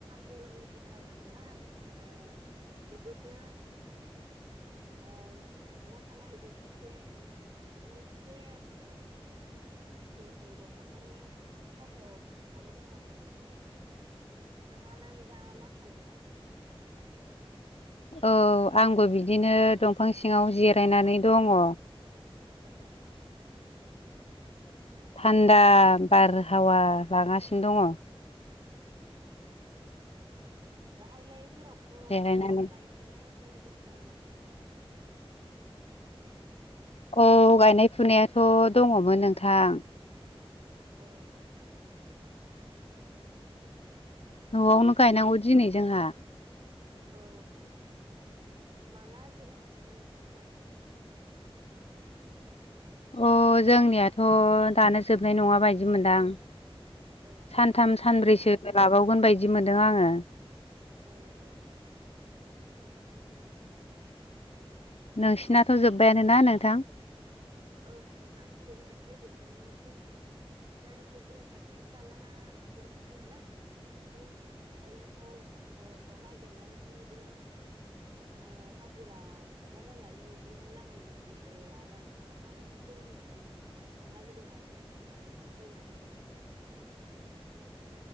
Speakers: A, on the right; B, on the left.
A: गरमथार नालाय ओ बिदिनो ओ न'आव थानाय गंसे मोनसे ओ माने फांसे दंफांनि साहायाव जिरायनानै दङ आरो नोंथाङालाय दा मा खालामदों
B: <unintelligible> औ आंबो बिदिनो दंफां सिङाव जिरायनानै दङ
A: औ
B: थान्दा बारहावा लागासिनो दङ।
A: औ दाहायलाय जेरावबो
B: जिरायनानै।
A: गायनाय फैनाय गैया नामा नोंथां
B: औ गायनाय फुनायाथ' दङमोन नोंथां
A: औ <unintelligible>
B: न'आवनो गायनांगौ दिनै जोंहा।
A: औ माला जोनो हागौ नोंथांमोना
B: अ जोंनियाथ' दानो जोबनाय नङा बायदि मोनदां।
A: आरो
B: सानथाम सानब्रैसो लाबावगोन बायदि मोनदों आङो।
A: औ औ औ
B: नोंसिनाथ' जोब्बायानो ना नोंथां
A: औ नोंथां जोबनायालाय जोबबायमोन जोंना ओमफ्राय बिदिनो खाथि खा खालाना जोबाखै नालाय बिदिनो खाथि खालायाव ओ माइ गायनानै बिदिनो ओ हाजिरा थांलाबायनानै इदिनो नाङै बुस्थुखौ ला ला जानोसै होननानै थांला बायदों आरो माइ गायला बायदों नखाथिफोराव
B: <inaudible>